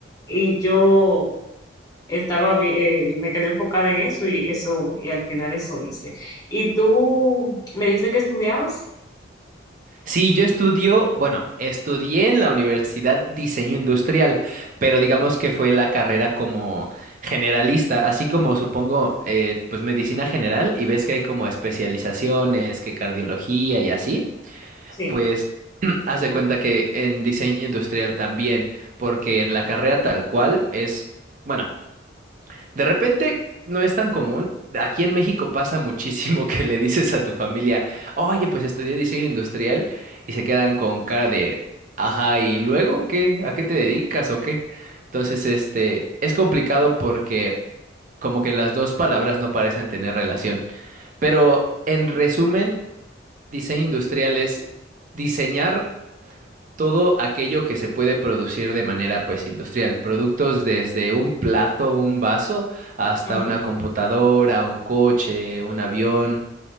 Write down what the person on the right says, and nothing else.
Sí, yo estudio, bueno, estudié en la universidad diseño industrial, pero digamos que fue la carrera como generalista, así como supongo, eh, pues medicina general y ves que hay como especializaciones, que cardiología y así,
pues <clears throat> haz de cuenta que en diseño industrial también, porque la carrera tal cual es, bueno, de repente no es tan común. Aquí en México pasa muchísimo que le dices a tu familia, oye, pues estudié diseño industrial y se quedan con cara de, ajá, ¿y luego qué? ¿A qué te dedicas o qué? Entonces, este, es complicado porque como que las dos palabras no parecen tener relación. Pero en resumen, diseño industrial es diseñar todo aquello que se puede producir de manera pues industrial, productos desde un plato, un vaso, hasta
una computadora, un coche, un avión.